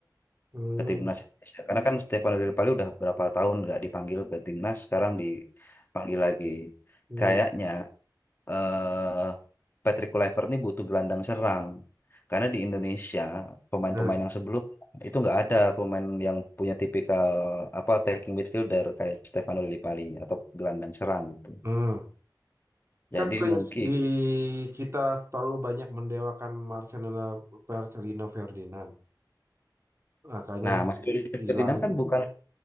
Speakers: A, on the right (about 35°); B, on the left (about 30°).
A: Hmm.
B: ke timnas Indonesia. Karena kan Stefano Del Piero udah berapa tahun nggak dipanggil ke timnas, sekarang dipanggil lagi.
A: Hmm.
B: Kayaknya eh Patrick Kluivert nih butuh gelandang serang. Karena di Indonesia pemain-pemain
A: Nah,
B: yang sebelum itu nggak ada pemain yang punya tipikal apa attacking midfielder kayak Stefano Del Piero atau gelandang serang gitu.
A: hmm.
B: Jadi
A: Kan bukannya
B: mungkin
A: di kita terlalu banyak mendewakan Marcelino Marcelino Ferdinand. Makanya
B: Nah, Mas
A: di-
B: Yuli
A: hilang
B: Ferdinand
A: itu.
B: kan bukan,